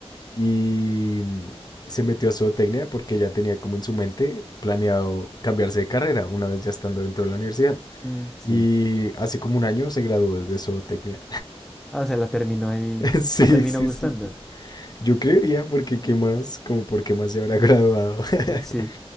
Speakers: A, on the left; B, in the centre.
A: y mm, se metió a zootecnia porque ya tenía como en su mente planeado cambiarse de carrera una vez ya estando dentro de la universidad.
B: mm, sí.
A: Y hace como un año se graduó de zootecnia.
B: Ah, o sea, la terminó ahí,
A: <laughs> sí,
B: le terminó
A: sí,
B: gustando.
A: sí, sí.
B: <laughs>
A: Yo creería porque qué más, como por qué más se habrá graduado. <laughs>
B: Sí,